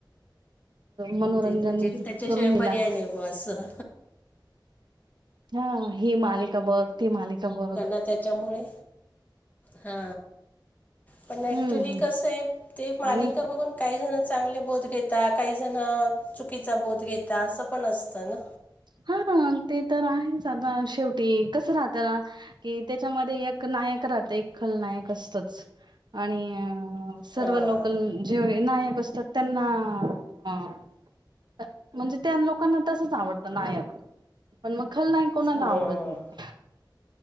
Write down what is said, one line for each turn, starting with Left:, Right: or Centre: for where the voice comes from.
Right: मनोरंजन
Left: ते म्हणजे त्याच्याशिवाय
Right: करून दिला.
Left: पर्याय नाही बुवा असं.
Right: हा ही मालिका बघ, ती मालिका बघ.
Left: मग त्याच्यामुळे. हा, पण ऍक्च्युली
Right: हम्म
Left: कसं आहे ते मालिका
Right: आणि
Left: बघून काही जण चांगले बोध घेता, काही जण चुकीचा बोध घेता असं पण असतं ना.
Right: हा ते तर आहेच आता शेवटी कसं राहतं ना. की त्याच्यामध्ये एक नायक राहतं, एक खलनायक असतंच. आणि सर्व
Left: हां
Right: लोकल जे नायक असतात त्यांना हा म्हणजे त्या लोकांना तसच आवडतं नायक पण मग खलनायक कोणाला
Left: हं
Right: आवडत नाही.